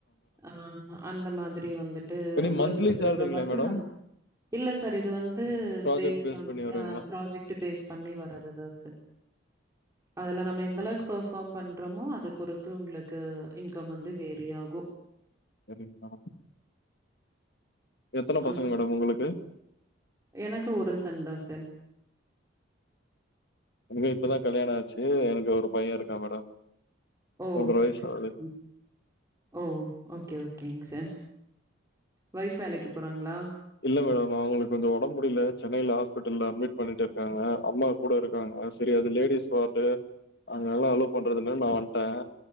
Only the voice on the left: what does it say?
எனி மந்த்லி
சேலரிங்களா
மேடம்
ப்ராஜெக்ட்
பேஸ்
பண்ணி வருங்களா
சரிங்க மேடம் எத்தன
பசங்க மேடம் உங்களுக்கு
எனக்கு இப்பதான் கல்யாணம் ஆச்சி எனக்கு ஒரு பையன் இருக்கா மேடம்
மூன்ற வயசு
ஆகுது
இல்ல மேடம் அவங்களுக்கு கொஞ்சம் ஒடம் முடில சென்னைல ஹாஸ்பிட்டல்ல அட்மிட் பண்ணிட்டு இருக்காங்க அம்மா கூட இருக்காங்க சரி அது லேடிஸ் வார்டு அங்க எல்லாம் அலோ பண்றதில்லன்னு நா வண்ட்டன்